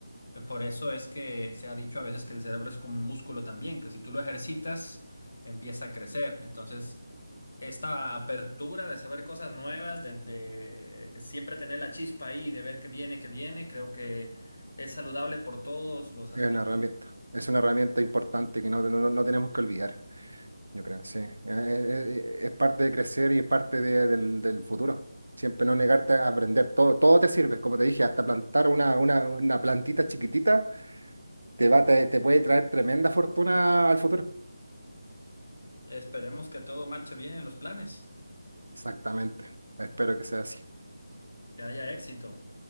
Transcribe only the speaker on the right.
es una herramienta. Es una herramienta importante que no, no, no no tenemos que olvidar, yo creo, sí. Eh, eh, eh, Es, parte de crecer y es parte de- del, del futuro. Siempre no negarte a aprender. Todo, todo te sirve, como te dije, hasta plantar una, una, una plantita chiquitita te va, te, te puede traer tremenda fortuna al futuro.
Exactamente. Espero que sea así.